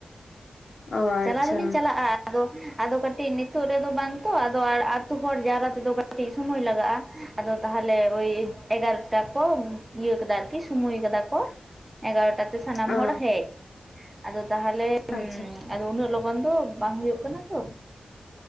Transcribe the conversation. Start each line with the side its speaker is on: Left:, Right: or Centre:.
Left: ᱚ ᱟᱪᱪᱷᱟ
Right: ᱪᱟᱞᱟᱣ ᱫᱚᱞᱤᱧ ᱪᱟᱞᱟᱜ-ᱟ, ᱟᱫᱚ ᱟᱫᱚ ᱠᱟᱴᱤᱡ ᱱᱤᱛᱚᱜ ᱨᱮᱫᱚ ᱵᱟᱝ ᱛᱚ ᱟᱫᱚ ᱟᱛᱳ ᱦᱚᱲ ᱡᱟᱣᱨᱟ ᱛᱮᱫᱚ ᱠᱟᱴᱤᱡ ᱥᱩᱢᱚᱭ ᱞᱟᱜᱟᱜ-ᱟ᱾ ᱟᱫᱚ ᱛᱟᱦᱚᱞᱮ ᱳᱭ ᱮᱜᱟᱨᱚᱴᱟ ᱠᱚ ᱤᱭᱟᱹ ᱠᱟᱫᱟ ᱟᱨᱠᱤ ᱥᱩᱢᱚᱭ ᱠᱟᱫᱟ ᱠᱚ,
Left: <inaudible>
Right: ᱮᱜᱟᱨᱚᱴᱟ ᱛᱮ ᱥᱟᱱᱟᱢ
Left: ᱚ
Right: ᱦᱚᱲ ᱦᱮᱡ ᱟᱫᱚ ᱛᱟᱦᱞᱮ
Left: ᱟᱪᱪᱷᱟ
Right: ᱟᱫᱚ ᱩᱱᱟᱹᱜ ᱞᱚᱜᱚᱱ ᱫᱚ ᱵᱟᱝ ᱦᱳᱭᱳᱜ ᱠᱟᱱᱟ ᱛᱚ,